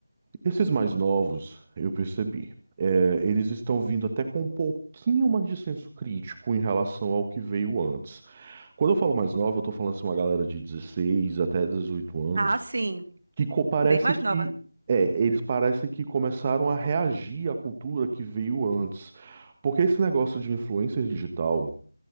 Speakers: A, on the right (about 25°); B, on the right (about 45°).
A: esses mais novos, eu percebi, é, eles estão vindo até com um pouquinho mais de senso crítico em relação ao que veio antes. Quando eu falo mais nova, eu tô falando assim, uma galera de 16 até dezoito anos.
B: Ah, sim,
A: que co- parece
B: bem mais
A: que
B: nova, né?
A: é, eles parecem que começaram a reagir à cultura que veio antes. Porque esse negócio de influencer digital,